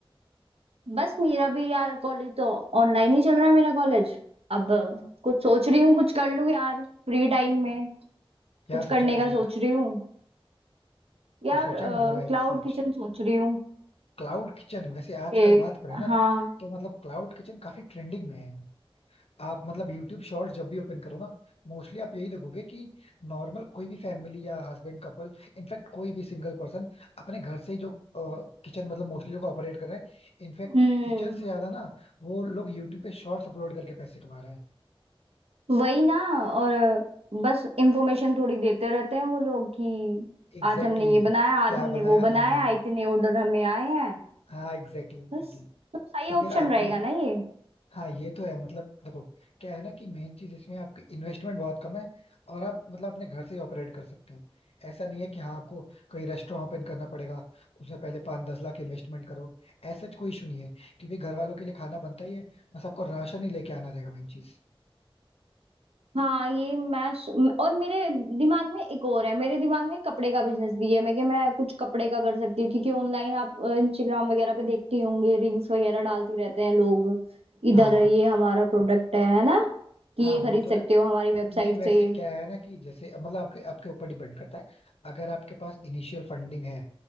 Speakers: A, on the right (about 80°); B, on the left (about 85°).
A: बस मेरा भी यार कॉलेज तो ऑनलाइन ही चल रहा है मेरा कॉलेज अब अ, कुछ सोच रही हूँ कुछ कर लूँ यार फ्री टाइम में
B: क्या
A: कुछ
B: सोचा
A: करने
B: है वैसे
A: का सोच रही हूँ यार
B: कुछ सोचा है मतलब है
A: क्लाउड
B: सच
A: किचन सोच रही हूँ
B: क्लाउड किचन वैसे आजकल
A: कि
B: बात करें ना
A: हाँ
B: तो मतलब क्लाउड किचन काफी ट्रेंडिंग में है आप मतलब यूट्यूब शॉर्ट्स जब भी ओपन करो ना मोस्टली आप यही देखोगे कि नॉर्मल कोई भी फैमिली या हस्बैंड कपल इनफैक्ट कोई भी सिंगल पर्सन अपने घर से ही जो किचन मतलब मोस्टली लोग ऑपरेट कर रहे हैं इनफैक्ट
A: हम्म
B: किचन से ज्यादा ना वो लोग यूट्यूब पे शॉर्ट्स अपलोड करके पैसे कमा रहे हैं
A: वही ना और अ, बस इंफॉर्मेशन थोड़ी देते रहते हैं वो लोग कि
B: एग्जैक्टली
A: आज हमने ये
B: exactly,
A: बनाया आज
B: क्या
A: हमने
B: बनाया
A: वो बनाया
B: हाँ हाँ
A: इतने ऑर्डर हमें आए हैं
B: हाँ एग्जैक्टली exactly,
A: बस
B: एग्जैक्टली exactly.
A: तो सही
B: तो
A: ऑप्शन
B: फिर आपने
A: रहेगा ना ये
B: हाँ ये तो है मतलब देखो क्या है ना कि मेन चीज इसमें आपकी इन्वेस्टमेंट बहुत कम है और आप मतलब अपने घर से ही ऑपरेट कर सकते हो ऐसा नहीं है कि हाँ आपको कोई रेस्टोरेंट ओपन करना पड़ेगा उसमें पहले पाँच दस लाख इन्वेस्टमेंट करो ऐसा कोई इशू नहीं है क्योंकि घर वालों के लिए खाना बनता ही है बस आपको राशन ही लेके आना रहेगा मेन चीज
A: हाँ ये मैं स... और मेरे दिमाग में एक और है मेरे दिमाग में कपड़े का बिजनेस भी है मैं कि मैं कुछ कपड़े का कर सकती हूँ क्योंकि ऑनलाइन आप इंस्टाग्राम वगैरह पे देखती होंगे रील्स वगैरह डालती रहते हैं लोग इधर
B: हाँ हाँ
A: ये हमारा प्रोडक्ट है है ना कि
B: हाँ
A: ये खरीद
B: वो तो
A: सकते
B: है
A: हो हमारी वेबसाइट
B: नहीं वैसे
A: से
B: क्या है ना कि जैसे मतलब आपके आपके ऊपर डिपेंड करता है अगर आपके पास इनिशियल फंडिंग है